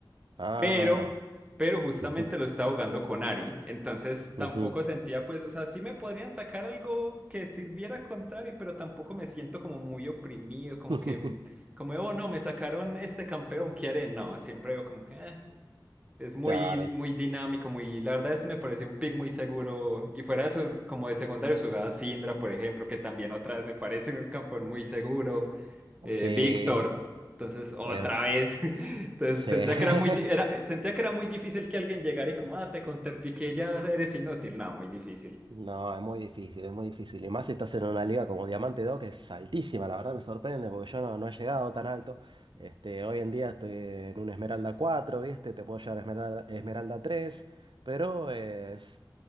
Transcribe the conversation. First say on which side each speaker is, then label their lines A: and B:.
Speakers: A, on the right; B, on the right.
A: Ah,
B: pero, pero justamente
A: ujú,
B: lo estaba jugando con Ari, entonces tampoco
A: ujú.
B: sentía, pues, o sea, sí me podrían sacar algo que sirviera contra Ari, pero tampoco me siento como muy oprimido, como
A: <laughs>
B: que, como, oh, no, me sacaron este campeón, ¿qué haré? No, siempre veo como que, "Ah". es muy,
A: Claro,
B: muy dinámico, muy, la verdad es, me pareció un pick muy seguro, y fuera de eso, como de secundario jugaba Syndra, por ejemplo, que también otra vez me parece un campeón muy seguro eh,
A: sí,
B: Víctor. Entonces, otra
A: es-
B: vez. <laughs> Entonces,
A: sí.
B: sentía
A: <laughs>
B: que era muy, di- era, sentía que era muy difícil que alguien llegara y como, ah, te contrapiqué, ya eres inútil. No, muy difícil.
A: No, es muy difícil, es muy difícil. Y más si estás en una liga como Diamante 2 que es altísima, la verdad me sorprende, porque yo no, no he llegado tan alto. Este, hoy en día estoy en un Esmeralda 4, ¿viste? Te puedo llevar a Esmeralda, Esmeralda 3, pero eh, s-